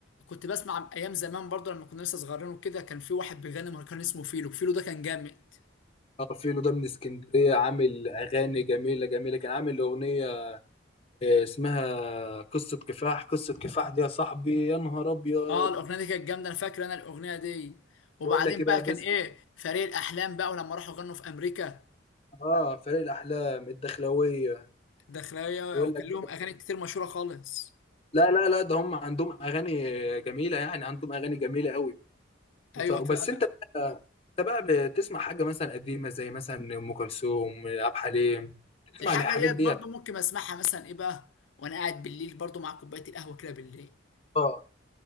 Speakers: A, on the left; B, on the left.
A: كنت بسمع ايام زمان برضه لما كنا لسه صغيرين وكده كان في واحد بيغني مهرجان اسمه فيلو فيلو ده كان جامد
B: اه فيلو ده من اسكندريه عامل اغاني جميله جميله كان عامل اغنيه آه، اسمها قصه كفاح قصه كفاح دي يا صاحبي يا نهار ابيض
A: اه الاغنيه دي كانت جامده انا فاكر انا الاغنيه دي وبعدين
B: بقول لك
A: بقى
B: ايه بقى
A: كان
B: بس
A: ايه فريق الاحلام بقى ولما راحوا غنوا في امريكا
B: اه فريق الاحلام الدخلويه
A: داخلية
B: يقول
A: وكان
B: لك
A: لهم أغاني كتير مشهورة خالص
B: لا لا لا ده هم عندهم اغاني جميله يعني عندهم اغاني جميله قوي بس
A: أيوة
B: بس
A: فعلا
B: انت بقى انت بقى بتسمع حاجه مثلا قديمه زي مثلا ام كلثوم عبد الحليم تسمع
A: الحاجة
B: الحاجات
A: ديت
B: دي
A: برضو ممكن أسمعها مثلا إيه بقى وأنا قاعد بالليل برضو مع كوباية القهوة كده بالليل
B: اه